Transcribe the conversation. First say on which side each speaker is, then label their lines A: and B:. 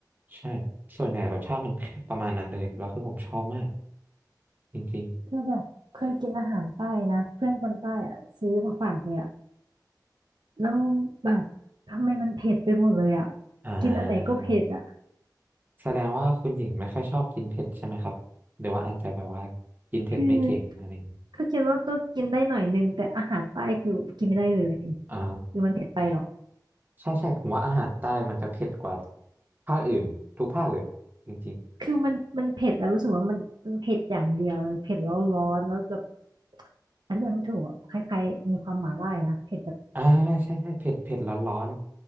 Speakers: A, on the right; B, on the right.
A: ใช่ส่วนใหญ่รสชาติมันแค่ประมาณนั้นเลยแล้วคือผมชอบมากจริง
B: คือแบบเคยกินอาหารใต้นะเพื่อนคนใต้อะซื้อมาฝากเลยอะแล้วแบบทำไมมันเผ็ดไปหมดเลยอะ
A: ๆอ่า
B: กินอันไหนก็เผ็ดอะ
A: แสดงว่าคุณหญิงไม่ค่อยชอบกินเผ็ดใช่ไหมครับหรือว่าอาจจะแบบว่ากินเผ็ดไม่เก่งอะไรอย่างนี้
B: คือก็คิดว่าก็กินได้หน่อยนึงแต่อาหารใต้คือกินไม่ได้เลย
A: อ่า
B: หรือมันเผ็ดไปเหรอ
A: ใช่ใช่ผมว่าอาหารใต้มันจะเผ็ดกว่าภาคอื่นทุกภาคเลยจริง
B: คือมันมันเผ็ดแล้วรู้สึกว่ามันมันเผ็ดอย่างเดียวเลยเผ็ดแล้วร้อนแล้วแบบอันนี้มันไม่ถูกอะคล้ายๆมีความหม่าล่านะเผ็ดแบบ
A: ๆอ่าใช่ใช่เผ็ดเผ็ดร้อนร้อน